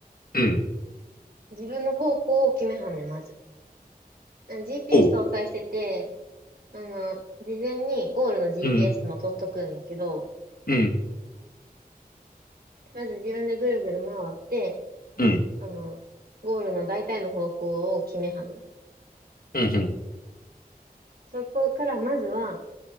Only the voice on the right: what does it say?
自分の方向を決めはんねん、まず。あ GPS
搭載してて、あの、事前にゴールの GPS
も取っとくんやけど、
まず自分でぐるぐる回って、
あの、ゴールの大体の方向を決めはんねん。
そこからまずは、